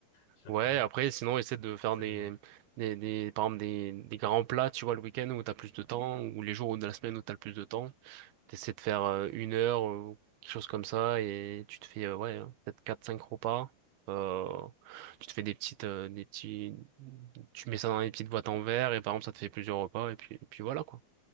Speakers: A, on the left; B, on the right.
A: Je reconnais,
B: Ouais, après, sinon, essaie de faire
A: ça
B: des,
A: donne
B: des, des- par exemple, des, des grands plats, tu vois, le week-end où t'as plus de temps, ou les jours de la semaine où t'as le plus de temps. T'essaies de faire euh, une heure, euh, ou quelque chose comme ça, et tu te fais, euh, ouais, hein, peut-être quatre cinq repas. Euh, tu te fais des petites, euh, des petits, tu mets ça dans des petites boîtes en verre, et par exemple, ça te fait plusieurs repas, et puis, et puis voilà, quoi.